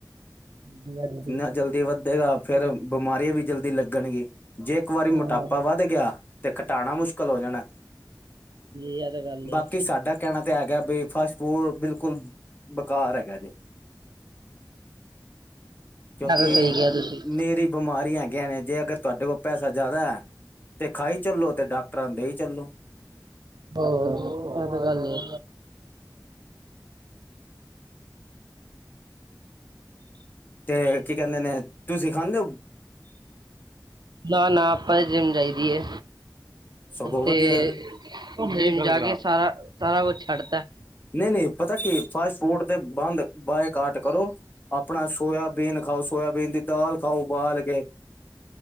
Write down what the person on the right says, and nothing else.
ਹਾਂਜੀ, ਹਾਂਜੀ
ਹਾਂਜੀ
ਇਹ ਤਾਂ ਗੱਲ ਏ।
ਐ ਤੇ ਸਹੀ ਕਿਹਾ ਤੁਸੀਂ।
ਹੋਰ ਇਹ ਤੇ ਗੱਲ ਏ
ਨਾ -ਨਾ, ਆਪਾਂ ਤੇ ਜਿੰਮ ਜਾਈਦੀ ਏ
ਤੇ ਓ ਫੇਰ ਜਾ ਕੇ ਸਾਰਾ, ਸਾਰਾ ਕੁਛ ਛੱਡ ਤਾ।